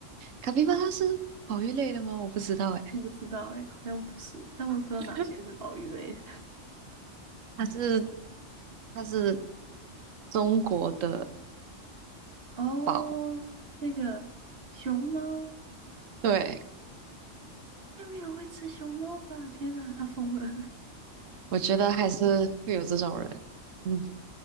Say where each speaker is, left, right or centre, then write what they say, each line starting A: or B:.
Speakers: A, on the right (about 80°); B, on the right (about 50°).
A: 卡皮巴拉是保育类的吗？我不知道哎，
B: 我不知道哎、好像不是，但我也不知道哪些是宝玉类的
A: <laughs> 它是它是中国的
B: <laughs> 哦，
A: 宝，
B: 那个熊猫。
A: 对，
B: 应该没有会吃熊猫吧？天哪，他疯了，<laughs>
A: 我觉得还是会有这种人，嗯，